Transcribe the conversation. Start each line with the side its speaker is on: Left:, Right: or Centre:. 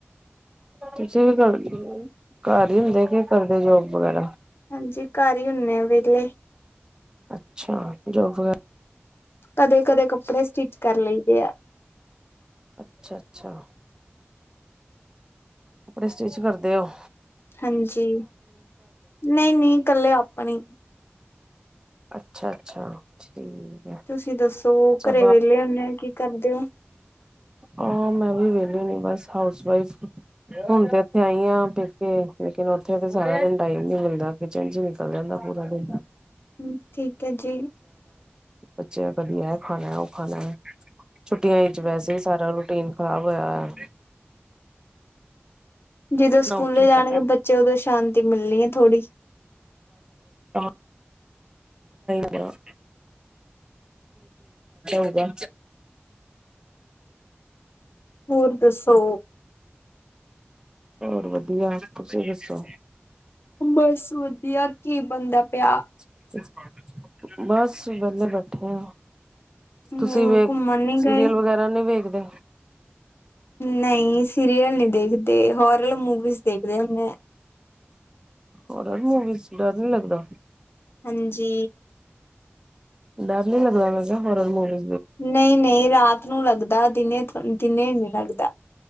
Right: ਤੁਸੀਂ ਵੀ ਕਰ ਘਰ ਹੀ ਹੁੰਦੇ ਕਿ ਕਰਦੇ ਜੋਗ ਵਗੈਰਾ।
Left: ਹਾਂਜੀ ।ਘਰ ਹੀ ਹੁੰਦੇ ਆ ਵਿਹਲੇ।
Right: ਅੱਛਾ ਜੋਬ ਵੈ।
Left: ਕਦੇ ਕਦੇ ਕੱਪੜੇ ਸਟਿਚ ਕਰ ਲਦੇ ਆ।
Right: ਅੱਛਾ, ਅੱਛਾ। ਕੱਪੜੇ ਸਟਿਚ ਕਰਦੇ। ਦਿਓ।
Left: ਹਾਂਜੀ ਨਹੀਂ ਨਹੀਂ ਇਕੱਲੇ ਆਪਣੀ
Right: ਅੱਛਾ, ਅੱਛਾ। ਠੀਕ ਹੈ
Left: ਤੁਸੀਂ ਦੱਸੋ
Right: ਅੱਛਾ
Left: ਘਰੇ ਵੇਹਲੇ ਹੁੰਦੇ ਹੋ ਕੀ ਕਰਦੇ ਹੋ।
Right: ਆਹ ਮੈਂ ਵੀ ਵਿਹਲੀ ਹੁੰਣੀ ਬਸ ਹਾਊਸ ਵਫ ਹੁਣ ਤੇ ਇਥੇ ਆਈ ਹ ਪੇਕੇ ਲੇ ਉਥੇ ਸਾਰਾ ਦਿਨ ਟਮ ਨ ਮਿਲਦਾ ਕਿਚਨ ਚ ਨਿਕਲ ਜਾਂਦਾ ਪੂਰਾ ਦਿਨ।
Left: ਹਮ ਠੀਕ ਹੈ ਜੀ।
Right: ਬੱਚਿਆਂ ਦਾ ਕਦੀ ਇਹ ਖਾਣਾ ਉਹ ਖਾਣਾ ਹੈ। ਛੁੱਟੀਆਂ ਵਿਚ ਵੈਸੇ ਸਾਰਾ ਰੂਟੀਨ <unintelligible> ਖਰਾਬ ਹੋਇਆ
Left: ਜਦੋਂ ਸਕੂਲੇ
Right: ਨਾ ਉੱਠਣ
Left: ਜਾਣਗੇ
Right: ਦਾ ਟਾਈਮ
Left: ਬੱਚੇ, ਉਦੋਂ ਸ਼ਾਂਤੀ ਮਿਲਣੀ ਹੈ ਥੋੜ੍ਹੀ।
Right: ਸਾਡਾ <unintelligible> ਸਾਡਾ ਹੋਗਾ।
Left: ਹੋਰ ਦੱਸੋ?
Right: ਹੋਰ ਵਧੀਆ, ਤੁਸੀਂ ਦੱਸੋ?
Left: ਬਸ ਵਧੀਆ, ਕੀ ਬਣਦਾ ਪਿਆ?
Right: <inaudible> ਬਸ ਵੇਲੇ ਬੈਠੇ ਆ।
Left: ਮੁਰ
Right: ਤੁਸੀਂ ਵੇਖ
Left: ਘੁੰਮਣ ਨਹੀਂ
Right: ਸੀਰੀਅਲ
Left: ਗਏ?
Right: ਵਗੈਰਾ ਨਹੀਂ ਵੇਖਦੇ
Left: ਨਹੀਂ। ਸੀਰੀਅਲ ਨੀ ਦੇਖਦੇ, ਹੋਰਲ ਮੂਵੀਜ਼ ਦੇਖਦੇ ਹੁੰਦੇ।
Right: ਹੋਰ ਮੂਵੀਜ। ਡਰ ਨੀ ਲੱਗਦਾ?
Left: ਹਾਂਜੀ।
Right: ਡਰ ਨੀ ਲੱਗਦਾ, ਮੈਂ ਕਿਹਾ ਹੋਰ ਮੂਵੀ
Left: ਨਹੀਂ-ਨਹੀਂ, ਰਾਤ <unintelligible> ਲੱਗਦਾ। ਦਿਨੇ, ਦਿਨੇ ਨੀ ਲੱਗਦਾ।